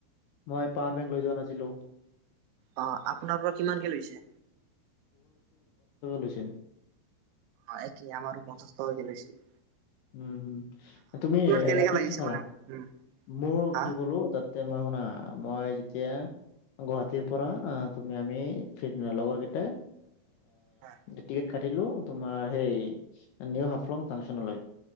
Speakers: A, on the left; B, on the right.
A: মই পাৱাৰ বেংক লৈ যোৱা নাছিলো
B: আহ আপোনাৰ পৰা কিমানকে লৈছে
A: লৈছে
B: অ একেই আমাৰো পঞ্চাছটকাকে লৈছিল
A: উম হম তুমি
B: কেনেকা
A: তাতে
B: লাগিছে
A: কি কৰা
B: মানে উম,
A: মোৰ
B: হা?
A: কি ক'লো <unintelligible> তেতিয়া মই শুনা মই যেতিয়া <unintelligible> গুৱাহাটীৰ পৰা আহ তুমি আমি লগৰ কেইটাই
B: হয়,
A: টিকেট কাটিলো তোমাৰ সেই নিউ হাফলং জাংচনলৈ